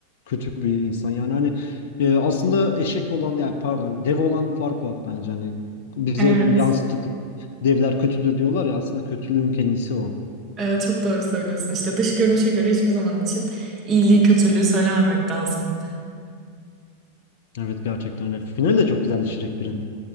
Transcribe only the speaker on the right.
Evet.
Evet çok doğru söylüyorsun. İşte dış görünüşe göre hiçbir zaman için iyiliği kötülüğü söylememek lazım.